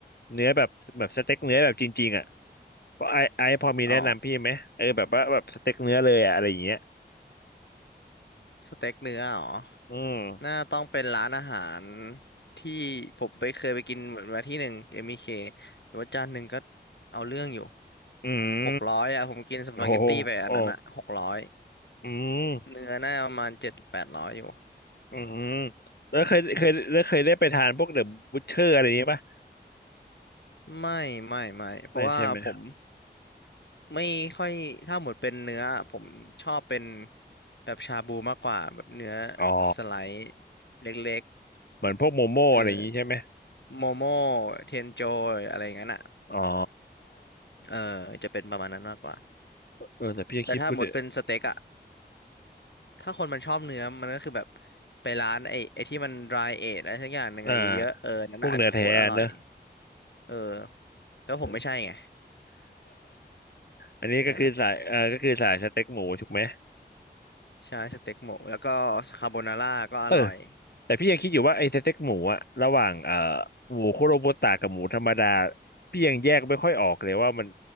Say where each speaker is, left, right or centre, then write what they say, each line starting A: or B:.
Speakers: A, on the left; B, on the left.
A: เนื้อแบบแบบสเต็กเนื้อแบบจริงๆอ่ะ เพราะไอไอพอมีแนะนำพี่ไหมเออแบบว่าแบบสเต็กเนื้อเลยอะอะไรอย่างเงี้ย
B: อ๋อสเต็กเนื้ออ๋อ
A: อืม
B: น่าต้องเป็นร้านอาหารที่ผมไปเคยไปกินเหมือนมาที่หนึ่งเอ็มบีเ k แต่ว่าจานหนึ่งก็เอาเรื่องอยู่
A: อืม
B: หกร้อยอ่ะผมกินสปาเกตตี้ไปอันนั้นอ่ะหกร้อย
A: โอ้โหโอ้อืม
B: เนื้อน่าประมาณเจ็ดแปดร้อยอยู่
A: อืมแล้วเคยเคยแล้วเคยได้ไปทานพวกเดอะบูชเชอร์อะไรอย่างงี้ปะ
B: ไม่ไม่ไม่เพราะว่าผม
A: ไม่ใช่ไหม
B: ไม่ค่อยถ้าหมดเป็นเนื้อผมชอบเป็นแบบชาบูมากกว่าแบบเนื้อ
A: อ๋อ
B: สไลด์เล็ก
A: เหมือนพวกโมโม่อะไรอย่างงี้ใช่ไหม
B: ๆเออโมโม่เทนโจอะไรอย่างนั้นอ่ะ
A: อ๋อ
B: เออจะเป็นประมาณนั้นมากกว่า
A: เออแต่พี่คิดพูดเดอะ
B: แต่ถ้าหมดเป็นสเต็กอะถ้าคนมันชอบเนื้อมันก็คือแบบไปร้านไอ้ไอ้ที่มัน dry age อะไรสักอย่างหนึ่งอะเยอะๆเออนั่นน่ะโคตรอร่อย
A: อ่าพวกเนื้อแท้เนอะ
B: เออแต่ผมไม่ใช่ไง
A: <laughs> อันนี้ก็คือสายเออก็คือสายสเต็กหมูถูกไหม
B: นั่นแหละใช่สเต็กหมูแล้วก็คาโบนาร่าก็อร่อย
A: เออ แต่พี่ยังคิดอยู่ว่าไอ้สเต็กหมูอะระหว่างเอ่อหมูคุโรบุตะกับหมูธรรมดาพี่ยังแยกไม่ค่อยออกเลยว่ามัน